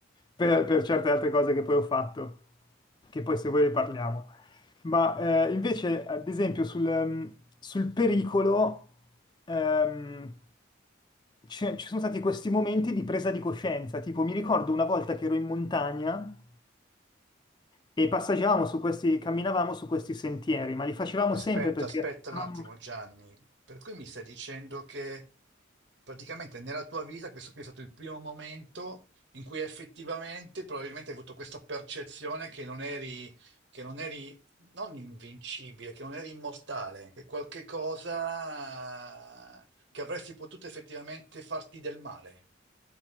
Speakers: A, on the left; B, on the right.
A: per, per certe altre cose che poi ho fatto, che poi se vuoi ne parliamo. Ma eh, invece, ad esempio, sul, ehm, sul pericolo, ehm, c'è- ci sono stati questi momenti di presa di coscienza. Tipo, mi ricordo una volta che ero in montagna e passeggiavamo su questi, camminavamo su questi sentieri, ma li facevamo
B: Aspetta,
A: sempre perché,
B: aspetta un
A: ehm,
B: attimo, Gianni. Per cui mi stai dicendo che praticamente nella tua vita questo qui è stato il primo momento in cui effettivamente probabilmente hai avuto questa percezione che non eri, che non eri non invincibile, che non eri immortale, che qualche cosa che avresti potuto effettivamente farti del male.